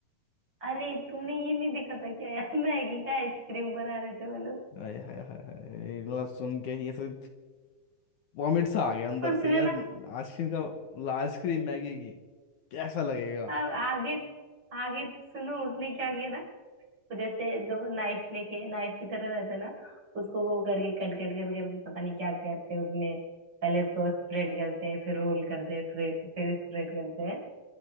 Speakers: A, on the right; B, on the left.
A: अरे तुमने ये नहीं देखा था क्या यार <laughs> मैगी का आइसक्रीम बना रहे थे वो लोग
B: हाय हाय हाय हाय, मतलब सुन के ही ऐसे वॉमिट सा आ गया अंदर
A: उसने
B: से यार
A: ना
B: आइसक्रीम का मतलब आइसक्रीम मैगी की कैसा लगेगा
A: आ- आगे आगे तो सुनो उसने क्या किया ना वो जैसे दो नाइफ लेके नाइफ की तरह रहता है ना उसको वो करके कट कट कर करके पता नहीं क्या करते हैं उसमें पहले उसको स्प्रेड करते हैं फिर रोल करते हैं फिर फिर स्प्रेड करते हैं